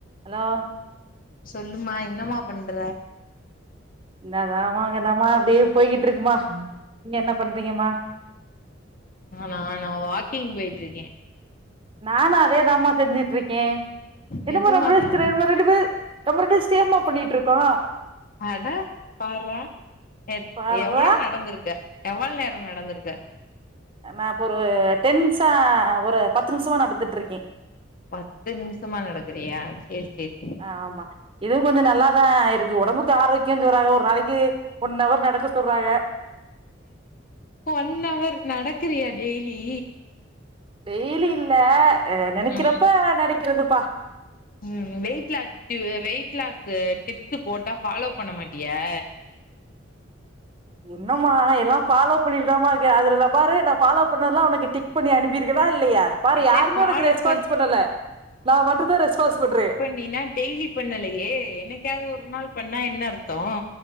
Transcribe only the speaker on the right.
hello
இந்தாதாமா அங்கதாம்மா அப்டியே போய்கிட்டு இருக்குமா நீங்க என்ன பண்றீங்கமா
நானு அதே தாமா செஞ்சிட்டுருக்கே என்னமா
முடிசிர
மாதிரி நம்ம ரெண்டு பேர் நம்ம ‌ரெண்டு ‌பேர் ஸ்டேம்மா பண்ணிட்டுருக்கோ
பார்றா
நான் இப்போ ஒரு டென்ஸா ஒரு பத்து நிமிஷமா நடந்துட்டு இருக்கே
ஆமா இதுவு கொஞ்சோ நல்லாதா இருக்கு ஒடம்புக்கு ஆரோக்கியோ சொல்றாங்க ஒரு நாளைக்கு ஒன் அவர் நடக்க சொல்றாக
டெய்லி‌ இல்ல நெனக்கிறப்ப
நடக்கிறதுப்பா
என்னம்மா எல்லா ஃபாலோ பண்ணிட்டு தாப்பா இருக்கே அதுல பாரு நான் ஃபாலோ பண்ணறதுல்லா உனக்கு டிக் பண்ணி அனுப்பிருக்கேனா இல்லையா பாரு
யாருமே
உனக்கு ரெஸ்பான்ஸ்
பண்ணல நா மட்டும்தா ரெஸ்பாஸ் பண்றே